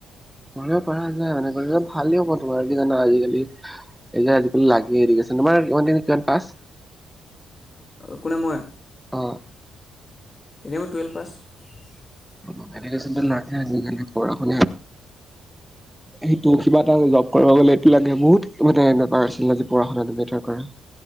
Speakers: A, in the centre; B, on the left.
A: পৰা যায় মান ভালেই হ'ব তোমাৰ কি জানা আজিকালি এই যে লাগে এৰিছে তোমাৰ -- ক নিক পছ <unintelligible>
B: কোনে মই
A: অ'
B: সিও টুৱেলভ পাছ <unintelligible>
A: অ' এনেকে যেনিবা <unintelligible> আজিকালি পঢ়া শুনা। সেইটো কিবা জব কৰিব গলে এইটো লাগে বহুত মানে এনো আছিল নেি পঢা শুনাটো মেটাৰ কৰা